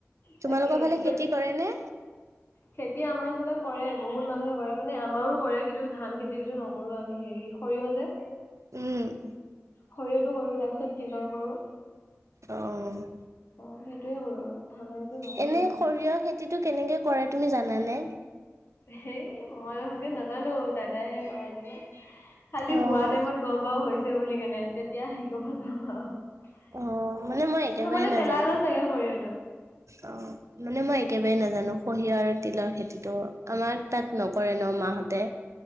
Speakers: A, on the left; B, on the right.
A: তাকে
B: তোমালোকৰ ফালে
A: সেইটো
B: খেতি কৰে নে,
A: খেতি আমাৰ এইফালে কৰে বহুত মানুহে কৰে। মানে আমাৰো কৰে কিন্তু ধান খেতিটো নকৰে। কৰো আমি হেৰি সৰিয়হ যে,
B: উম'।
A: সৰিয়হটো কৰো তাৰ পিছত তিলৰ কৰোঁ।
B: অ'।
A: অ' সেইটোয়ে কৰো। আৰু ধানৰটো নকৰো
B: এনে
A: মানে
B: সৰিয়হ খেতিটো কেনেকে কৰে তুমি জানানে‌?
A: হে মই ভালকে নাজানোঁ দাদাহে কৰে এনেই খালি
B: অ',
A: হোৱা টাইমত গম, গম পাও হৈছে বুলি কেনে তেতিয়া আহি কব যাম আৰু। উ প্ৰথমতে
B: অ', মানে মই একেবাৰে নাজানো।
A: পেলাই লয় চাগে সৰিয়হটো।
B: অ' মানে মই একেবাৰেই নাজানো সৰিয়হ আৰু তিলৰ খেতিটো আমাৰ তাত নকৰে ন মাহঁতে।